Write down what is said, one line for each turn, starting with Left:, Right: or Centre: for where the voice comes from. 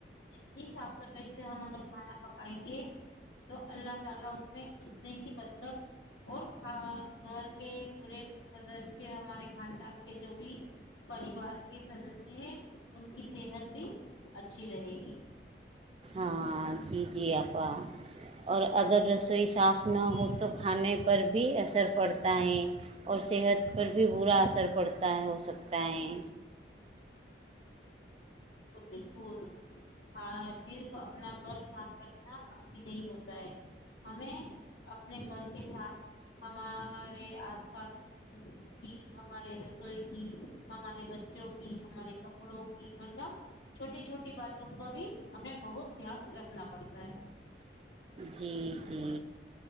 Left: جتنی صاف صفائی <inaudible>
Right: ہاں جی جی آپا اور اگر رسوئی صاف نہ ہو تو کھانے پر بھی اثر پڑتا ہے اور صحت پر بھی برا اثر پڑتا ہے ہو سکتا ہے
Left: بک بالکل ہاں صرف اپنا گھر صاف رکھنا کافی نہیں ہوتا ہے ہمیں اپنے گھر کے ساتھ ہمارے آس پاس کی ہمارے رسوئی کی ہمارے بچوں کی ہمارے کپڑوں کی مطلب چھوٹی چھوٹی باتوں کا بھی ہمیں بہت دھیان رکھنا پڑتا ہے
Right: جی جی